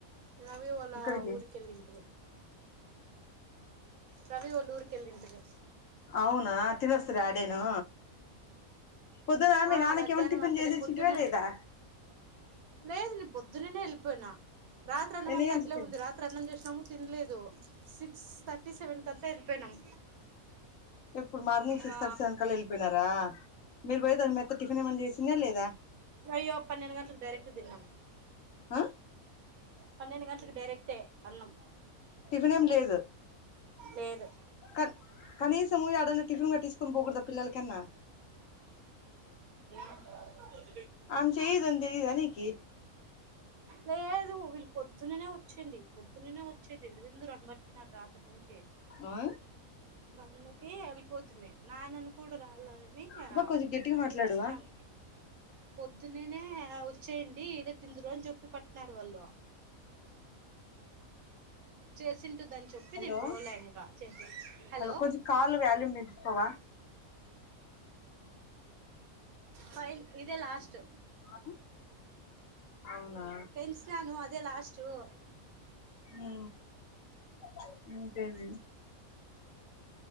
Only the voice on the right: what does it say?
రవి వాళ్ళ
ఊరికిల్లిండు రవి ఒళ్ళ ఊరుకెళ్ళింటిమీ
ఆ
మధ్యాహ్నం
అక్కడే
పొద్దున్న
లేదు నీ పొద్దున్నేనే వెళ్ళిపోయినా రాత్రి అన్నం
అంతా
అట్లే ఉంది రాత్రి అన్నం చేసినాము తినలేదు సిక్స్ థర్టీ సెవెన్ కల్లా వెళ్ళిపోయినాం
ఆ
ఇగో పన్నెండు గంటలకు డైరక్ట్ తిన్నాం
పన్నెండు గంటకి డైరెక్టే అన్నం
లేదు
అ
లేదు వీళ్ళు పొద్దున్ననే వచ్చండి పొద్దున్ననే వచ్చేంది ఎడుది రనబట్టినారు రాత్ అప్పట్నించే
గందుకే ఆల్ పోతుమే నాన్న కూడా రాలని ఆ
పిలిచినాం పొద్దుననే అవుద్ చేయండి ఈడ తిందురు అని చెప్పి పట్టినరు వాళ్ళు చేసింటుందని చెప్పి
నేను పోలే ఇంకా చేసిన హలో
ఫైన్ ఇదే లాస్ట్
పెంచినాను అదే లాస్ట్ ఉమ్